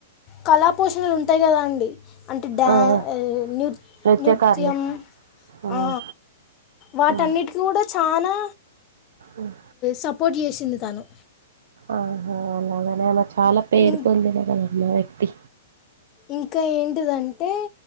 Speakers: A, on the left; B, on the right.
A: కళా పోషణలు ఉంటాయి కదా అండి అంటే డ్యా
B: ఆ ఆ!
A: అదే నృ
B: నృత్యకారులు
A: నృత్యం
B: ఉమ్
A: ఆ వాటన్నిటికీ
B: ఉమ్
A: కూడా చానా
B: ఉమ్
A: సపోర్ట్ చేసింది తను
B: ఆహా అలాగనే ఆమె చాలా పేరు
A: ఇం
B: పొందినా కదా మ్మా వ్యక్తి
A: ఇంకా ఏంటిదంటే